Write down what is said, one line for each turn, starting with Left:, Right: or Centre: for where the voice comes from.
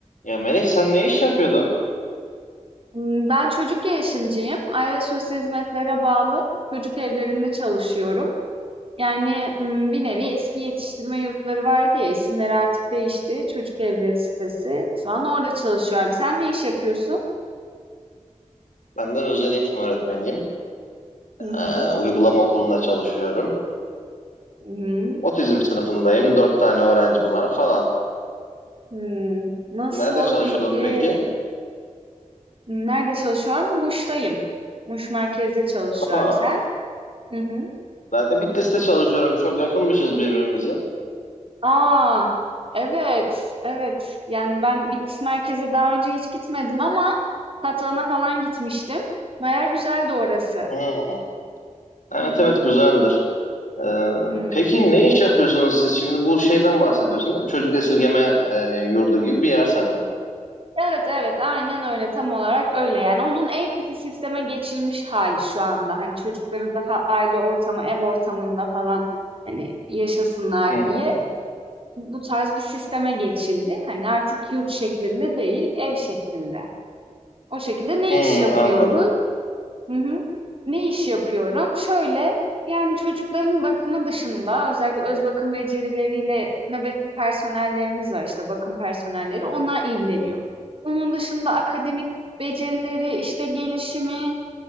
Left: Ya Melek sen ne iş yapıyordun?
Right: Imm, ben çocuk gelişimciyim. Aile sosyal hizmetlere bağlı çocuk evlerinde çalışıyorum. Yani, ımm, bir nevi eski yetiştirme yurtları vardı ya, isimleri artık değişti. Çocuk evleri sitesi. Şu an orada çalışıyorum. Sen ne iş yapıyorsun?
Left: Ben de özel eğitim öğretmeniyim.
Right: Hı hı.
Left: Ee, uygulama okulunda çalışıyorum.
Right: Hı hı.
Left: Otizm sınıfındayım. Dört tane öğrencim var falan.
Right: Hımm. Nasıl
Left: Nerede çalışıyordun
Right: peki?
Left: peki?
Right: Hmm, Nerede çalışıyorum? Muş'tayım. Muş merkezde çalışıyorum.
Left: Aa,
Right: Sen? Hı hı.
Left: ben de Bitlis'te çalışıyorum. Çok yakınmışız birbirimize.
Right: Aa, evet, evet. Yani ben Bitlis merkeze daha önce hiç gitmedim ama Tatvan'a falan gitmiştim. Baya güzeldi orası.
Left: Hmm, Evet
Right: Hı hı.
Left: evet güzeldir. Ee,
Right: Hmm.
Left: peki ne iş yapıyorsunuz siz? Şimdi bu şeyden bahsediyorsun değil mi? Çocuk esirgeme e, yurdu gibi bir yer sanırım.
Right: Evet, evet, aynen öyle, tam olarak öyle. Yani onun ev tipi sisteme geçilmiş hali şu anda. Hani çocukları daha aile ortamı, ev ortamında falan hani yaşasınlar
Left: Hı hı.
Right: diye bu tarz bir sisteme geçildi. Hani artık yurt şeklinde değil, ev şeklinde. O şekilde ne
Left: Hmm,
Right: iş yapıyoruz?
Left: anladım.
Right: Hı hı. Ne iş yapıyorum? Şöyle, yani çocukların bakımı dışında özellikle öz bakım becerileriyle nöbetli personellerimiz var işte bakım personelleri. Onlar ilgileniyor. Onun dışında akademik becerileri, işte gelişimi,